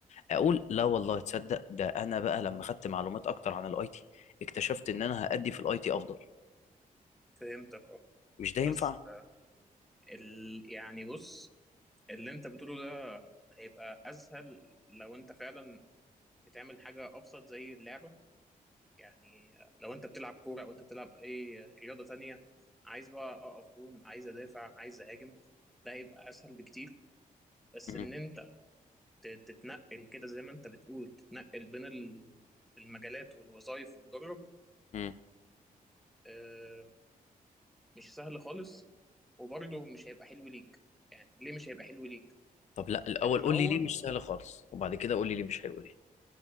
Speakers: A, on the left (about 50°); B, in the centre.
A: اقول لا والله تصدق ده انا بقى لما خدت معلومات اكتر عن الاي تي اكتشفت ان انا هأدي في الاي تي افضل
B: فهمتك اه
A: مش ده
B: بس
A: ينفع
B: آه ال يعني بص اللي انت بتقوله ده هيبقى اسهل لو انت فعلا بتعمل حاجة أبسط زي اللعبة يعني لو أنت بتلعب كورة أو أنت بتلعب أي رياضة تانية عايز بقى أقف جون عايز أدافع عايز أهاجم ده هيبقى أسهل بكتير بس
A: مم.
B: إن أنت ت- تتنقل كده زي ما أنت بتقول تتنقل بين ال- المجالات والوظائف وتجرب
A: مم.
B: آه، مش سهل خالص وبرضه مش هيبقى حلو ليك يعني ليه مش هيبقى حلو ليك؟
A: طب لا الاول
B: لأن
A: قول
B: هو
A: لي ليه مش سهل خالص وبعد كده قول لي ليه مش حلو ليه